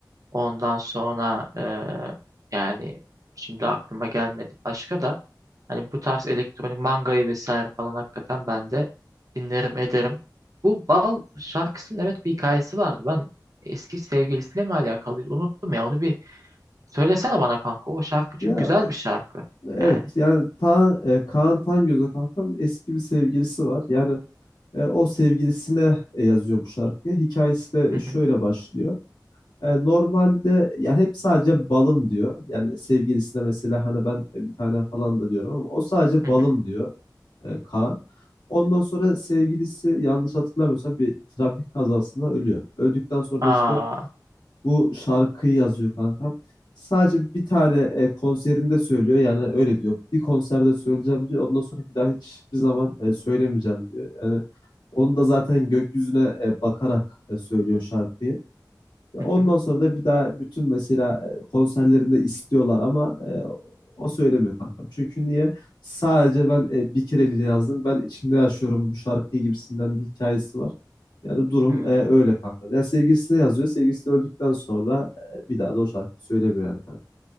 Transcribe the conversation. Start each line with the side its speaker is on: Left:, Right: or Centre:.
Right: Ondan sonra eee, yani şimdi aklıma gelmedi başka da. Hani bu tarz elektronik mangayı vesaire falan hakikaten ben de dinlerim ederim. Bu Bal şarkısının evet bir hikayesi vardı. Ben eski sevgilisiyle mi alakalıydı? Unuttum ya onu bir söylesene bana kanka. O şarkı çünkü
Left: Ya
Right: güzel bir şarkı.
Left: evet
Right: Yani.
Left: yani ta, e, Kaan Tangöz'e kankam eski bir sevgilisi var. Yani e, o sevgilisine e, yazıyor bu şarkıyı. Hikayesi de
Right: Hı hı,
Left: şöyle başlıyor. E, normalde ya hep sadece balım diyor. Yani sevgilisine mesela hani ben e, bir tane falan da diyorum ama o sadece
Right: hı
Left: balım
Right: hı.
Left: diyor e, Kaan. Ondan sonra sevgilisi yanlış hatırlamıyorsam bir trafik kazasında ölüyor. Öldükten sonra
Right: Aa,
Left: da işte bu şarkıyı yazıyor kankam. Sadece bir tane e, konserinde söylüyor. Yani öyle diyor. Bir konserde söyleyeceğim diyor. Ondan sonra bir daha hiçbir zaman e, söylemeyeceğim diyor. Yani onu da zaten gökyüzüne e, bakarak e, söylüyor şarkıyı. Ya
Right: hı
Left: ondan
Right: hı,
Left: sonra da bir daha bütün mesela e, konserlerinde istiyorlar ama e, o söylemiyor kankam. Çünkü niye? Sadece ben e, bir kereliğine yazdım. Ben içimde yaşıyorum bu şarkıyı gibisinden bir hikayesi var. Yani durum
Right: hmm.
Left: e, öyle kanka. Ya sevgilisine yazıyor. Sevgilisi öldükten sonra e, bir daha da o şarkıyı söylemiyor yani kanka.